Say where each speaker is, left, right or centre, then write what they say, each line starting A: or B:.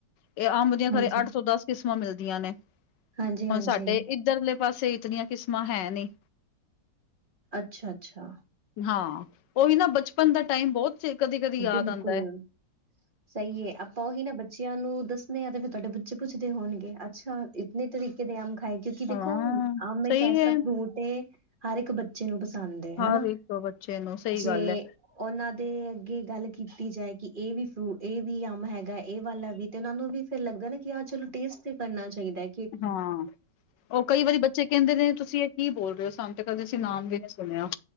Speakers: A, on the left; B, on the right.
A: ਇਹ ਅੰਬ ਦੀਆਂ
B: ਹਾਂਜੀ
A: ਅੱਠ ਤੋਂ ਦਸ ਕਿਸਮਾਂ ਮਿਲਦੀਆਂ ਨੇ
B: ਹਾਂਜੀ ਹਾਂਜੀ
A: ਹੁਣ ਸਾਡੇ ਇੱ ਧਰਲੇ ਪਾਸੇ ਇਤਨੀਆਂ ਕਿਸਮਾਂ ਹੈ ਨਹੀਂ
B: ਅੱਛਾ ਅੱਛਾ
A: ਹਾਂ ਉਹ ਵੀ ਨਾ ਬਚਪਨ ਦਾ ਟਾਈਮ ਬਹੁਤ ਕਦੀ ਕਦੀ ਯਾਦ
B: ਬਿਲਕੁਲ
A: ਆਉਂਦਾ ਏ
B: ਸਹੀ ਏ ਆਪਾਂ ਉਹੀ ਨਾ ਬੱ ਚਿਆਂ ਨੂੰ ਦੱਸਣੇ ਆ ਤੇ ਫੇਰ ਤੁਹਾਡੇ ਬੱਚੇ ਪੁਛਦੇ ਹੋਣਗੇ ਅੱਛਾ ਇਤਨੇ ਤਰੀਕੇ ਦੇ ਆਮ ਖਾਏ ਕਿ ਕਿ
A: ਹਾਂ
B: ਦੇਖੋ ਆਮ ਇੱਕ
A: ਸਹੀ
B: ਐਸਾ
A: ਹੈ
B: ਫਰੂਟ ਏ ਹਰ ਇੱਕ ਬੱਚੇ ਨੂੰ ਪਸੰਦ ਹੈ
A: ਹਰ
B: ਹਨਾ
A: ਇੱਕ ਬੱਚੇ ਨੂੰ ਸਹੀ
B: ਜੇ
A: ਗੱਲ ਹੈ।
B: ਉਹਨਾਂ ਦੇ ਅੱਗੇ ਗੱਲ ਕੀਤੀ ਜਾਏ ਕਿ ਇਹ ਵੀ ਫਰੂ ਇਹ ਵੀ ਅੰਮ ਹੈਗਾ ਇਹ ਵਾਲਾ ਵੀ। ਤੇ ਉਹਨਾਂ ਨੂੰ ਵੀ ਫੇਰ ਲੱਗਣ ਕਿ ਆਹ ਚਲੋ ਟੇਸਟ ਕਰਨਾ ਚਾਹੀਦਾ ਏ।
A: ਹਾਂ ਉਹ ਕਈ ਵਾਰੀ ਬੱਚੇ ਕਹਿੰਦੇ ਨੇ ਤੁਸੀਂ ਇਹ ਕੀ ਬੋਲ ਰਹੇ ਹੋ? ਸਾਨੂੰ ਤੇ- ਕਦੇ ਅਸੀਂ ਨਾਮ ਵੀ ਨੀ ਸੁਣਿਆ।